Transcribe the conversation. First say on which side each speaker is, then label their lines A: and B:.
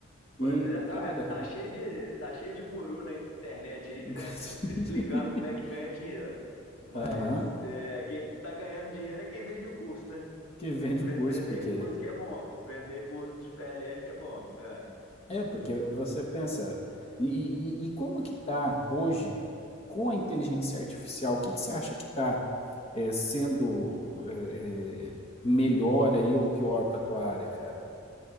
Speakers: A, on the left (about 80°); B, on the left (about 30°).
A: Pois
B: E,
A: é, não,
B: cara,
A: é, tá cheio de tá cheio de guru na internet aí,
B: <laughs>
A: né? Explicando como é que ganha dinheiro. Mas
B: aham,
A: é, quem está ganhando dinheiro é quem vende o curso, né?
B: que vende
A: Ve-
B: curso,
A: Vender
B: porque
A: curso que é bom, vender curso de PLR que é bom. É.
B: É, porque você pensa, e, e- e- como que está hoje com a inteligência artificial? O que que você acha que está sendo é, é, melhor aí ou pior para tua área, cara?